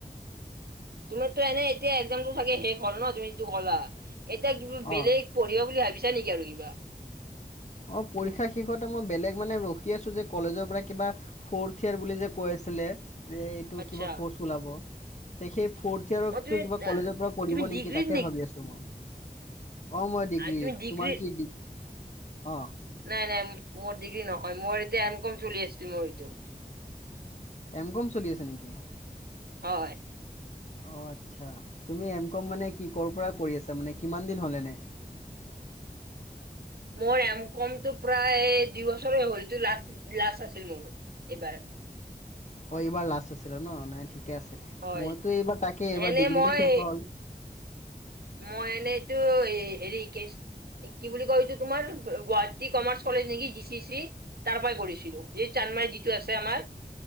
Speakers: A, on the right; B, on the left.
A: তুমিতো এনেই এতিয়া একজামবোৰ চাগে শেষ হল ন, তুমি যিটো কলা? এতিয়া কিবা
B: অ।
A: বেলেগ পঢ়িবা বুলি ভাবিছা নেকি আৰু কিবা?
B: অ, পৰীক্ষা শেষতে মই বেলেগ মানে ৰখি আছো যে, কলেজৰ পৰা কিবা ফৰ্থ ইয়াৰ বুলি যে কৈ আছ ছিলে যে এইটো
A: আচ্ছা
B: কিবা কৰ্চ ওলাব, তে সেই ফ'ৰ্থ ইয়াৰকটো
A: অ তুমি
B: কিবা কলেজৰ পৰা কৰিব
A: তুমি ডিগ্ৰীত
B: নেকি তাকে ভাবি আছো মই। অ', মই ডিগ্ৰীত,
A: আৰু তুমি ডিগ্ৰী
B: তোমাৰ কি ডিগ, অ'
A: নাই, নাই, মোৰ ডিগ্ৰী নহয় মোৰ এতিয়া এম কম চলি আছিল মোৰ ইটো।
B: এম কম চলি আছে নেকি?
A: হয়।
B: অ' আচ্ছা, তুমি এম কম মানে কি ক'ৰ পৰা কৰি আছা মানে, কিমান দিন হ'ল এনে? <inaudible>
A: মোৰ এম কমটো প্ৰায় দুই বছৰে হ'লতো, লাষ্ট, লাষ্ট আছিল মোৰ। এইবাৰ
B: অ, এইবাৰ লাষ্ট আছিল ন, নাই ঠিক কে আছে,
A: হয়
B: মইতো এইবাৰ তাকেই, এইবাৰ
A: এনে
B: ডিগ্ৰীটো
A: মই
B: শেষ হ'ল।
A: মই এনেই এইটো হেৰি কে চি, কি বুলি কয় এইটো তোমাৰ, গুৱাহাট টী কমাৰ্চ কলেজ নেকি, জি চি চি, তাৰ পৰাই কৰিছিলো। এই চানমাৰিত যিটো আছে আমাৰ